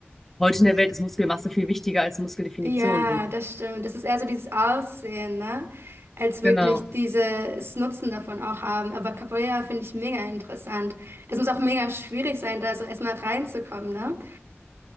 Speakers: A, in the centre; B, on the right.
A: heute in der Welt ist Muskelmasse viel wichtiger als Muskeldefinition.
B: Ja,
A: Und
B: das stimmt. Das ist eher so dieses Aussehen, ne? Als wirklich
A: genau.
B: dieses Nutzen davon auch haben. Aber Capoeira finde ich mega interessant. Das muss auch mega schwierig sein, da so erstmal reinzukommen, ne?